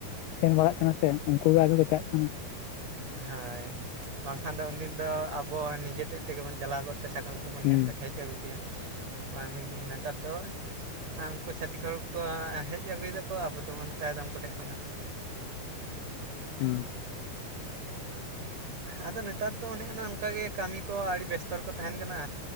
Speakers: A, on the left (about 80°); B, on the right (about 40°).
A: ᱥᱮᱱ ᱵᱟᱲᱟᱜ ᱠᱟᱱᱟ ᱥᱮ ᱩᱱᱠᱩ ᱜᱮ ᱟᱫᱚ ᱠᱚ ᱪᱟᱜ ᱠᱟᱱᱟ᱾
B: ᱦᱳᱭ ᱵᱟᱝᱠᱷᱟᱱ ᱫᱚ ᱩᱱᱫᱤᱱ ᱫᱚ ᱟᱵᱚᱣᱟ ᱱᱤᱡᱮ ᱛᱮᱫ ᱛᱮᱜᱮ ᱵᱚᱱ ᱪᱟᱞᱟᱣ ᱜᱚᱫᱛᱮ ᱥᱟᱠᱟᱢ ᱠᱚ᱾ ᱠᱚᱵᱚᱱ
A: ᱦᱩᱸ
B: ᱦᱮ ᱦᱮᱡ ᱟᱹᱜᱩ ᱠᱮᱭᱟ <inaudible> ᱱᱮᱛᱟᱨ ᱫᱚ ᱟ ᱩᱱᱠᱩ ᱪᱷᱟᱹᱛᱤᱠ ᱦᱚᱲ ᱠᱚ ᱦᱮᱡ ᱟᱹᱜᱩᱭᱫᱟᱠᱚ ᱟᱵᱚ ᱫᱚᱵᱚᱱ ᱦᱟᱛᱟᱣᱫᱟ ᱩᱱᱠᱩ ᱴᱷᱮᱜ ᱠᱷᱚᱱᱟᱜ
A: ᱦᱩᱸ
B: ᱟᱫᱚ ᱱᱮᱛᱟᱨ ᱫᱚ ᱚᱱᱮ ᱚᱱᱟ ᱚᱝᱠᱟᱜᱮ ᱠᱟᱹᱢᱤ ᱠᱚ ᱟᱹᱰᱤ ᱵᱮᱥᱛᱚ ᱨᱮᱠᱚ ᱛᱟᱦᱮᱱ ᱠᱟᱱᱟ᱾